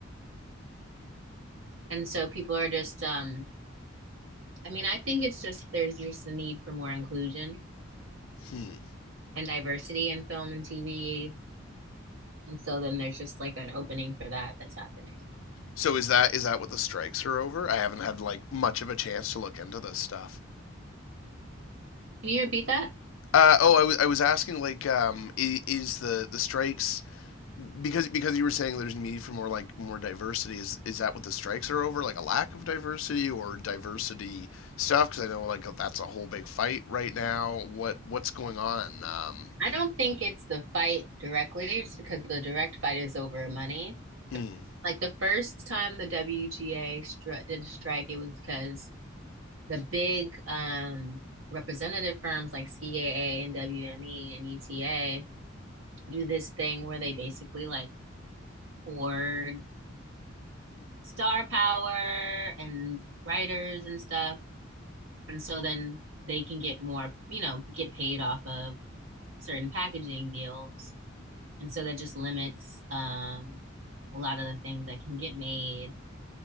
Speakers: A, on the right; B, on the left.
A: And so people are just um I mean, I think it's just there's just a need for more inclusion
B: hmm.
A: and diversity in film and TV. And so then there's just like an opening for that that's happening.
B: So is that is that what the strikes are over? I haven't had like much of a chance to look into this stuff.
A: Can you repeat that?
B: Uh, oh, I was I was asking like, um, i- is the the strikes because because you were saying there's a need for more like more diversity is is that what the strikes are over like a lack of diversity or diversity stuff because I know like that's a whole big fight right now what what's going on um
A: I don't think it's the fight directly. It's because the direct fight is over money.
B: hmm
A: Like the first time the WGA stri- did strike, it was because the big um, representative firms like CAA and WME and UTA do this thing where they basically like hoard star power and writers and stuff. And so then they can get more, you know, get paid off of certain packaging deals. And so that just limits um a lot of the things that can get made.